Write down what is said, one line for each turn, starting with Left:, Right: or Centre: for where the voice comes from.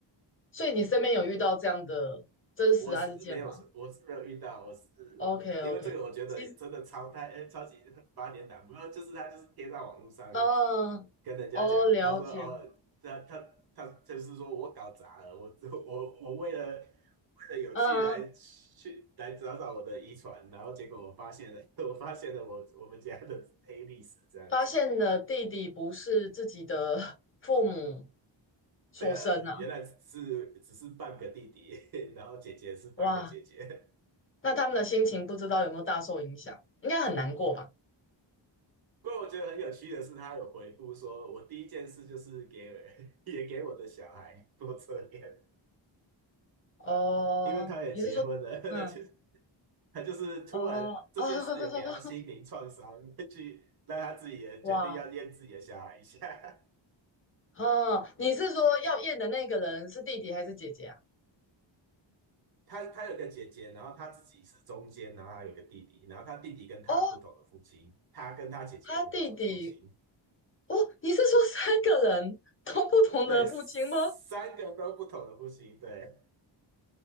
Left: 所以你身边有遇到这样的真实案件吗
Right: 我是没有，我是没有遇到，我是
Left: ？OK，OK，
Right: 因为这个，我觉得真的超太，
Left: 其实，
Right: 哎，超级八点档，不过就是他就是贴到网络上
Left: 嗯，
Right: 跟人家讲，
Left: 哦，了解，
Right: 他说哦，他他他就是说我搞砸了，我我我为了为了有趣来去来找找我的遗传，
Left: 嗯，
Right: 然后结果我发现了，<laughs> 我发现了我我们家的黑历史这样子。
Left: 发现了弟弟不是自己的 <laughs> 父母所生啊，
Right: 对啊，原来只是只是半个弟弟，<laughs> 然后姐姐是半个姐姐。
Left: 哇。那他们的心情不知道有没有大受影响，应该很难过吧？
Right: 不过我觉得很有趣的是，他有回复说，我第一件事就是给 <laughs> 也给我的小孩做测验，
Left: 哦，
Right: 因为他也结婚了，
Left: 你是说，
Right: <laughs> 他就
Left: 嗯，
Right: 他就是突然这件事有给他心灵创伤，
Left: 哦啊，<laughs>
Right: 去让他自己也决定要验自己的小孩一下。
Left: 哇，
Right: <laughs>
Left: 哦，你是说要验的那个人是弟弟还是姐姐啊？
Right: 他他有个姐姐，然后他自己是中间，然后他有个弟弟，然后他弟弟跟他不同的父亲，
Left: 哦，
Right: 他跟他姐姐不同的父亲。
Left: 他弟弟，哦，你是说三个人都不同的父亲吗？
Right: 对，三个都不同的户型，对。